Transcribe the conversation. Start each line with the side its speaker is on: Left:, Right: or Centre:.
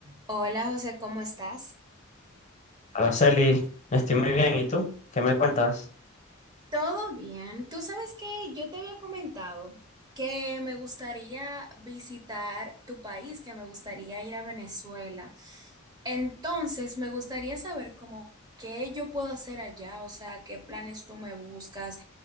Right: Hola José, ¿cómo estás?
Left: Araceli, estoy muy bien. ¿Y tú? ¿Qué me cuentas?
Right: Todo bien. Tú sabes que yo te había comentado que me gustaría visitar tu país, que me gustaría ir a Venezuela. Entonces, me gustaría saber cómo qué yo puedo hacer allá, o sea, qué planes tú me buscas,